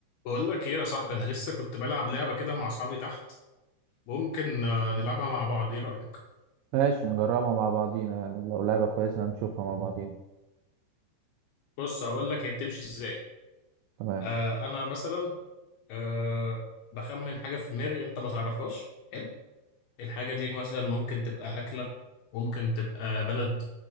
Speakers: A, on the left (about 75°); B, on the right (about 80°).
A: بقول لك ايه يا صاحبي انا لسه كنت بلعب لعبه كده مع اصحابي تحت ممكن آه، نلعبها مع بعض ايه رايك
B: ماشي نجربها مع بعضينا يعني لو لعبة كويسة هنشوفها مع بعضينا
A: بص هقول لك هي بتمشي ازاي
B: تمام
A: آه انا مثلا آه بخمن حاجه في دماغي انت ما تعرفهاش حلو الحاجه دي مثلا ممكن تبقى اكله ممكن تبقى بلد